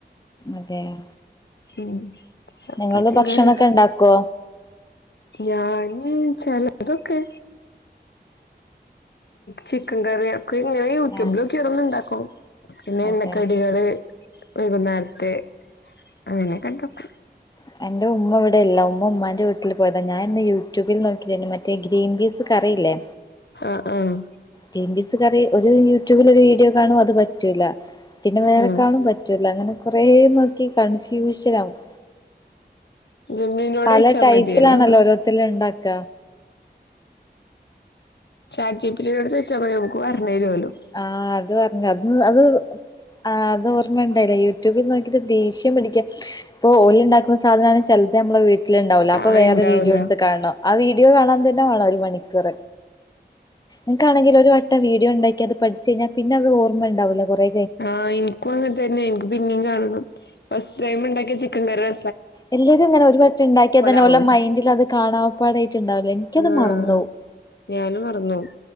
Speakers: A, on the left; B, on the left.
A: അതെയോ
B: ഉം ചപ്പാത്തിയും
A: നിങ്ങള് ഭക്ഷണൊക്കെ
B: കറിം
A: ഇണ്ടാക്കോ?
B: ഞാന് ചെലതൊക്കെ ചിക്കൻ കറിയ ഇങ്ങനെ യൂട്യൂബിലൊക്കെ
A: ആഹ്
B: ഓരെന്ന് ഉണ്ടാക്കും പിന്നെ
A: അതെ
B: എണ്ണക്കടികള് വൈകുന്നേരത്തെ അങ്ങനെ ഒക്കെ ഉണ്ടാക്കും
A: ഉ <unintelligible> എൻ്റെ ഉമ്മ ഇവിടെയില്ല ഉമ്മ ഉ്മാൻ്റെ വീട്ടിൽ പോയതാണ് ഞാൻ ഇന്ന് യൂട്യൂബിൽ നോക്കിയി മറ്റേ ഗ്രീൻ പീസ് കറിയില്ലേ
B: ആഹ് ആഹ്
A: ഗ്രീൻ പീസ് കറി ഒരു യൂട്യൂബിൽ ഒരു വീഡിയോ കാണും അത് പറ്റൂല്ല. പിന്നെ വേറെ
B: ഉം
A: കാണും പറ്റൂല അങ്ങനെ കൊറേ നോക്കി കൺഫ്യൂഷൻ ആകും
B: <inaudible>
A: പല ടൈപ്പിലാണല്ലോ
B: മതിയല്ലോ
A: ഓരോരുത്തരും ഉണ്ടാക്ക
B: ചാറ്റ് ജിപി ടീം നോട് ചോദിച്ചാൽ മതി ഒരു പറഞ്ഞു തരും
A: ആഹ് അത് പറഞ്ഞ് അത് ആഹ് അതോർമ്മണ്ടയില യൂട്യൂബിൽ നോക്കിട്ട് ദേഷ്യം പിടിക്ക. ഇപ്പൊ ഓയിണ്ടാക്കുന്ന സാധനാണ് ചെൽ ചെലപ്പോ നമ്മളെ വീട്ടില്ണ്ടാവൂല്ല. അപ്പോ
B: ആഹ്
A: വേറെ
B: ഇണ്ടാവൂല
A: വീഡിയോസ് കാണണം ആ വീഡിയോ കാണാൻ തന്നെ വാണം ഒരു മണിക്കൂർ. ഇൻക്കാണെങ്കിൽ ഒരു വട്ടം വീഡിയോ ഇണ്ടാക്കിയത് പഠിച്ചഴിഞ്ഞാ പിന്നെ അതോർമ്മ ഇണ്ടാവൂല്ല കൊറേ
B: ആഹ് ഇൻക്കു അങ്ങൻ തന്നെ ഇൻക്ക് പിന്നിം കാണണം. ഫസ്റ്റ് ടൈം ഇണ്ടാക്കിയ ചിക്കൻ കറി റെ
A: എല്ലരുങ്ങനെ ഒരുവട്ടം ഇണ്ടാക്കിയ തന്നെ
B: ആവൂല
A: ഓല മൈൻഡിലത് കാണാ. പ്പാടായിട്ടുണ്ടാവില്ലെ ഇൻക്കത്
B: ആഹ്
A: മറന്നോവും.
B: ഞാനും മറന്നോവും